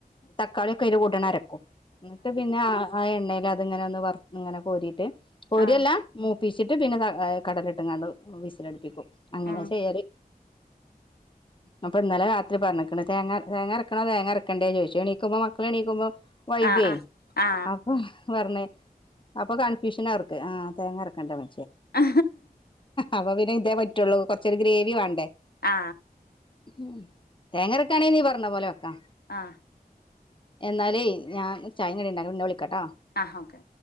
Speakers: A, on the left; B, on the left.
A: തക്കാളിയൊക്കെ <unintelligible> അരക്കും എന്നിട്ട് പിന്നെ ആ ആ എണ്ണ അത് എങ്ങനെ ഒന്ന് വർ ഇങ്ങനെ കോരിയിട്ട് കോരിയല്ലാ
B: ആ
A: മൂപ്പിച്ചിട്ട് പിന്നെ ത എ കടലയിട്ടെങ്ങാണ്ട് വിസിലടിപ്പിക്കും അങ്ങനെ
B: ഉം
A: ചെയ്യാലെ അപ്പൊ ഇന്നലെ രാത്രി പറഞ്ഞേക്കണ് തേങ്ങ തേങ്ങ അരക്കണോ തേങ്ങ അര കണ്ടേ ചോയിച്ചു എണീക്കുമ്പോ മക്കള് എണീക്കുമ്പോ വൈകുവെ
B: ആ ആ ആ
A: അപ്പൊ പറഞ്ഞ് അപ്പൊ കൺഫ്യൂഷൻ അവർക്ക് ആ തേങ്ങ അരക്കണ്ടേ വേ
B: ആ
A: അപ്പ പിന്നെ ഇതേപ റ്റുള്ളൂ കുറച്ചൊരു ഗ്രേവി വേണ്ടേ
B: ആ ആ
A: ഉം തേങ്ങരക്കാണെ നീ പറഞ്ഞ പോലെ വെക്കാം
B: ആഹ്
A: എന്നാലേ ഞാൻ ചായെം കടീം ഉണ്ടാക്ക പിന്നെ വി ക്കാട്ടൊ
B: ആ ഓക്കെ